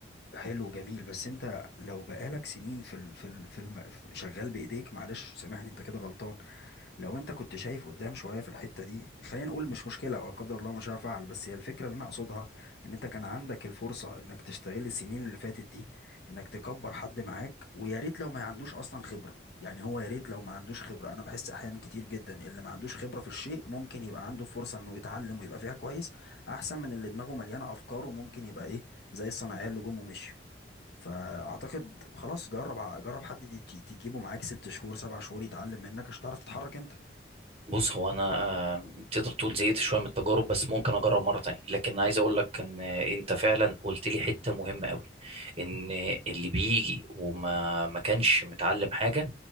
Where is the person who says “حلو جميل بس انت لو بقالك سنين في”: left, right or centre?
Left